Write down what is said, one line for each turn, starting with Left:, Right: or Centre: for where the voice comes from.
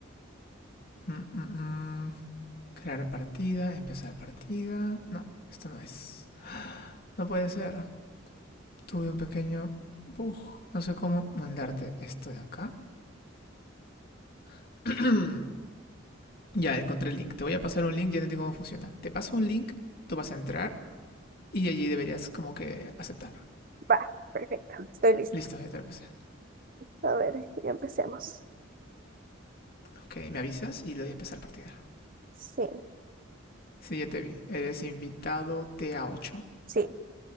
Left: Mm, mm, mm. Crear partida, empezar partida. No, esto no es. No puede ser. Tuve un pequeño bug. No sé cómo mandarte esto de acá. <clears throat> <coughs> ya, encontré el link. Te voy a pasar un link, ya te digo cómo funciona. Te paso un link, tú vas a entrar y allí deberías como que aceptar.
Right: Va, perfecto, estoy lista.
Left: Listo, ya te lo pasé.
Right: A ver, ya empecemos.
Left: Ok, me avisas y le doy a empezar partida.
Right: Sí,
Left: Sí, ya te vi. Eres invitado T a ocho.
Right: sí,